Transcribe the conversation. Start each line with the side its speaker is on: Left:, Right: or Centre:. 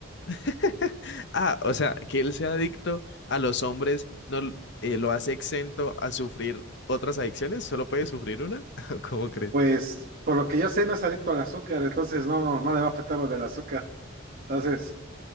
Left: <laughs> Ah, o sea, que él sea adicto a los hombres no l- eh, lo hace exento a sufrir otras adicciones, solo puede sufrir una. <laughs> ¿Cómo crees?
Right: Pues, por lo que yo sé, no es adicto al azúcar, entonces no, no le va a afectar lo del azúcar. Entonces,